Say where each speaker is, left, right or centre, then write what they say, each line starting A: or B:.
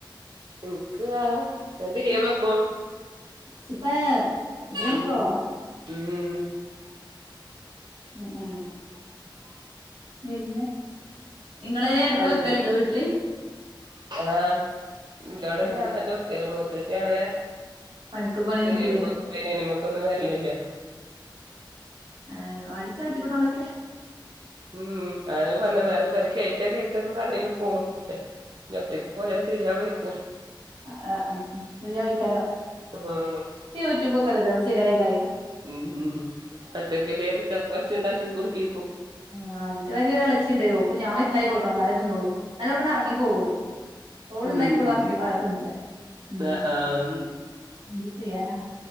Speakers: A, on the right; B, on the right.
A: ഇൻക്ക് ആ ഞ ബിരിയാ വെക്കും
B: സൂപ്പർ ഇജ്ജോക്കോ
A: ഉം ഉം
B: അ ആ പിന്നെ ഇങ്ങള് എടക്ക്
A: ഉം
B: വെക്കലുണ്ടോ വീട്ടില്
A: ആ ഇന്റൊടെ
B: ഏഹ്
A: ഞാൻ തന്നെ വെക്കല് മൂത്തച്ചി അങ്ങനെ
B: പണിക്ക് പണി
A: ബിരിയാണി
B: നിർക്കൂലേ
A: പക്കം ബിരിയാണി വക്കൊന്നും വരലില്ല
B: ഏ അടിച്ച അട്ടിക്കുടോളൊക്കെ
A: ഉം അതന്നെ പർഞ്ഞെ വേറെ പേരെ കേറ്റാ കേറ്റാ ന്ന് പറയ പോണില്ല ഞ ഒറ്റയ്ക്ക് പോയാ ശെരിയാവെയ്ക്കും
B: ആ ശരിയാവെക്കാരം
A: ഉം
B: യൂട്യൂബ് ഒക്കെ എല്ലതാവ ശരിയായിയിക്കരെ
A: ഉം ഉം ഒറ്റക്ക് ലേ ചപ്പത്തി ഇണ്ടാക്കി കൊടുക്കേക്കു
B: ആഹ് ന്റെ പെരെരൊളച്ചി ഇണ്ട് ഓക്കു ഞാൻ ഇണ്ടാക്കി കൊടുക്കണം നേരേ ന്നോളൂ നല്ലോ ൾക്കണ്ടെ എറങ്ങി പോകോള്ളൂ. ഓള്
A: ഉം
B: ഉണ്ടാക്കിള ഇറക്ക അക തിന്നുല ഉം
A: ആഹ് ആഹ്
B: എന്ത് ചെയ്യാലാ